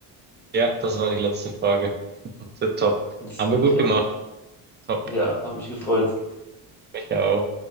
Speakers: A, on the right; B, in the centre.
A: Ja, das war die letzte Frage. Tipptopp.
B: Das
A: Haben
B: Gleiche.
A: wir gut gemacht. Top.
B: Ja, hat mich gefreut.
A: Ich auch.